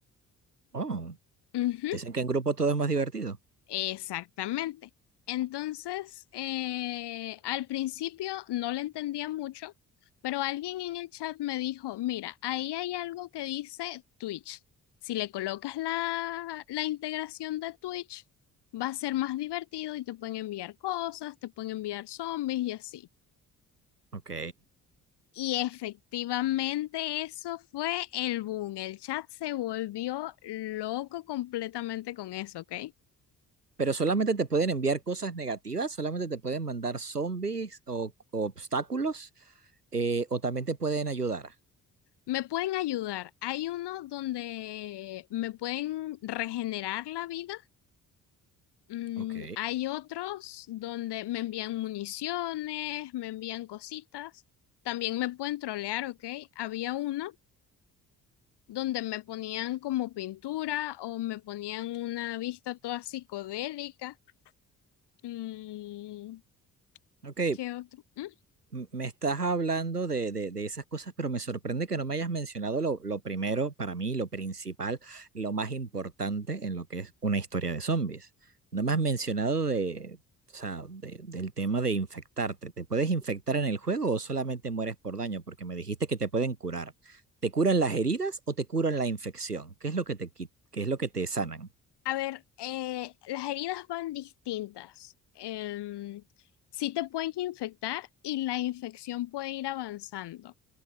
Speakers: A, on the right; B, on the left.
A: Oh,
B: Ujú.
A: dicen que en grupo todo es más divertido.
B: Exactamente. Entonces, eh, al principio no le entendía mucho, pero alguien en el chat me dijo, mira, ahí hay algo que dice Twitch. Si le colocas la, la integración de Twitch, va a ser más divertido y te pueden enviar cosas, te pueden enviar zombies y así.
A: Ok.
B: Y efectivamente eso fue el boom. El chat se volvió loco completamente con eso, ¿ok?
A: Pero solamente te pueden enviar cosas negativas, solamente te pueden mandar zombies o, o obstáculos, eh, o también te pueden ayudar.
B: Me pueden ayudar. Hay uno donde me pueden regenerar la vida. Mm,
A: Ok.
B: hay otros donde me envían municiones, me envían cositas. También me pueden trolear, ¿ok? Había uno donde me ponían como pintura o me ponían una vista toda psicodélica. Mm,
A: Ok,
B: ¿qué otro? ¿Mm?
A: m- me estás hablando de, de- de esas cosas, pero me sorprende que no me hayas mencionado lo, lo primero, para mí, lo principal, lo más importante en lo que es una historia de zombies. No me has mencionado de, o sea, de- del tema de infectarte. ¿Te puedes infectar en el juego o solamente mueres por daño? Porque me dijiste que te pueden curar. ¿Te curan las heridas o te curan la infección? ¿Qué es lo que te, qui- qué es lo que te sanan?
B: A ver, eh, las heridas van distintas. Em, sí te pueden infectar y la infección puede ir avanzando.